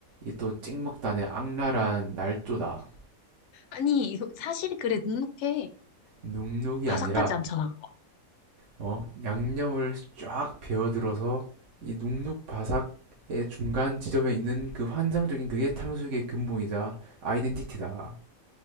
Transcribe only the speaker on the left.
아니, 이거 사실이 그래, 눅눅해.
바삭하지
않잖아.